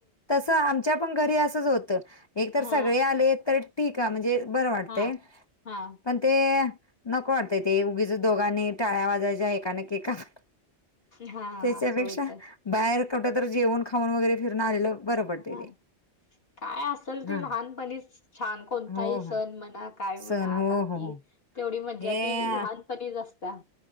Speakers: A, on the left; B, on the left.
A: तसं आमच्या पण घरी असंच होत, एक तर
B: हां,
A: सगळे आले तर ठीक आहे म्हणजे बरं वाटतंय.
B: हां, हां,
A: पण ते नको वाटतय ते उगीच दोघांनी टाळ्या वाजायच्या एका न केक काप
B: हां,
A: त्याच्यापेक्षा
B: असं होतंय.
A: बाहेर कुठ तर जेवण खाऊन वगैरे फिरन आलेलं बरं पडतंय
B: हां,
A: ते.
B: काय असल ते
A: हा
B: लहानपणीच. छान कोणताही
A: हो
B: सण
A: हो
B: म्हणा काय
A: सण
B: म्हणा आला
A: हो हो
B: कि,
A: हो
B: तेवढी मज्जा
A: हे
B: ती लहानपणीच असत्या.